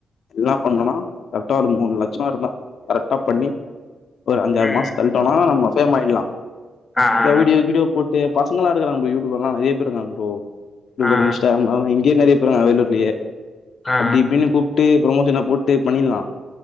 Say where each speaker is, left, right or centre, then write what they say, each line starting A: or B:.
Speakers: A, on the left; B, on the left.
A: இதுல்லா பண்ணணுனா கரெக்டா ஒரு மூணு லட் சோ இருந்தா கரெக்டா பண்ணி ஒரு அஞ்சாறு
B: ம்
A: மாச தள்ட்டோனா நம்ம ஃபேம் ஆய்ட்லா
B: ஆ ஆ
A: வீடியோ கீடியோ போட்டு பசங்களா இருக்றாங்க ப்ரோ யூடியூப்ர்ல்லா நெறைய பேரு இருக்காங்க ப்ரோ <unintelligible>
B: ஆ ஆ ஆ
A: இன்ஸ்டாகிராம் அவுக இங்கே நெறைய போறாங்க வேலூர்லயே
B: ஆ ஆ
A: அப்டி இப்டின்னு கூப்ட்டு ப்ரமோஷன போட்டு பண்ணிர்லா